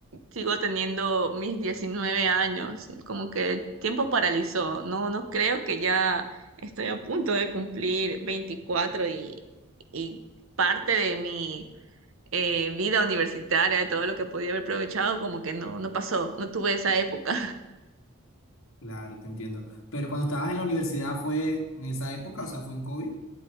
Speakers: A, on the right; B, on the left.
A: sigo teniendo mis 19 años, como que el tiempo paralizó. No, no creo que ya estoy a punto de cumplir 24 y, y parte de mi eh, vida universitaria, de todo lo que podía haber aprovechado, como que no, no pasó, no tuve esa época.
B: Claro, te entiendo. Pero cuando estabas en la universidad fue en esa época, o sea, fue en COVID.